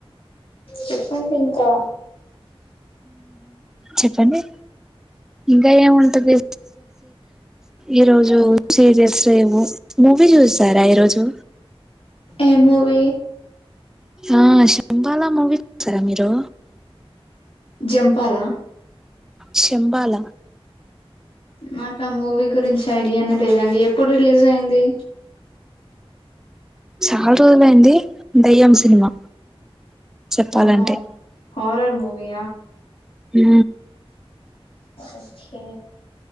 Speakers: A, on the left; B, in the centre.
A: చెప్పండి ఇంకా
B: చెప్పండి ఇంకా ఏం ఉంటది ఈరోోజు సీరియల్స్ ఏమ మూవీ చూస్తారా ఈరోోజు
A: ఏమవ
B: ఆ శంభాల మూవీ సారా మీరు
A: జంపాాల
B: శంబల
A: మాకు మూవీ గురించి ఐడియానే లేదండి ఎప్పుడు రిలీజ్ అయింది
B: చాలా రోజుల అయింది దయ్యం సినిమా చెప్పాలంటే
A: ఓమ్మో హారర్ మూవీ
B: హ
A: ఓకే